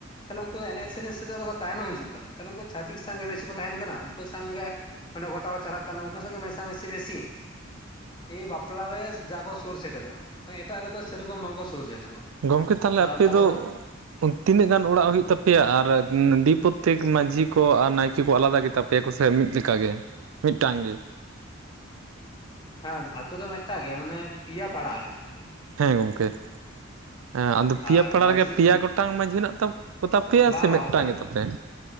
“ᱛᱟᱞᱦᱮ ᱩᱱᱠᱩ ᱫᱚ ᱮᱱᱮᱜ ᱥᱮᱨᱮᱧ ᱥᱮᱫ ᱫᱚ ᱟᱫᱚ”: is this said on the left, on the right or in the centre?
Left